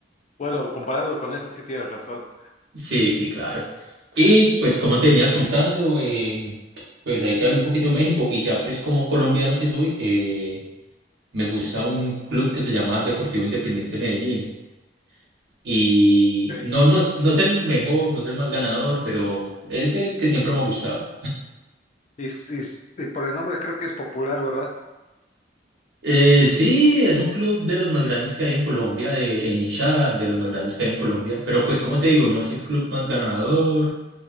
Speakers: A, on the left; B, on the right.
A: Bueno, comparado con eso sí tienes razón.
B: Sí, sí, claro. Y pues como te venía contando, eh, pues ahí te hablo un poquito de México y ya pues como colombiano que soy, eh, me gusta un club que se llama Deportivo Independiente Medellín. Y
A: Ok.
B: no, no, es- no es el mejor, no es el más ganador, pero es el que siempre me ha gustado.
A: Y, y- y por el nombre creo que es popular, ¿verdad?
B: Eh, sí, es un club de los más grandes que hay en Colombia, de, en hinchada, de los más grandes que hay en Colombia. Pero pues, como te digo, no es el club más ganador